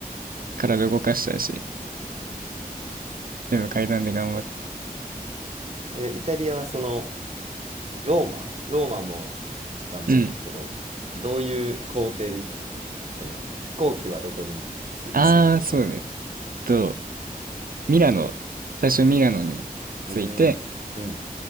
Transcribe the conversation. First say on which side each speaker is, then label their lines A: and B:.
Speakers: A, on the right; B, on the right.
A: 体動かしたいし、全部階段で頑張って。
B: え、イタリアはその、ローマローマも一番メインやけど、
A: うん。
B: どういう工程で行ったのその、飛行機はどこに着くのまず。
A: ああ、そうね。と、ミラノ、最初ミラノに着いて、
B: うーん、うん、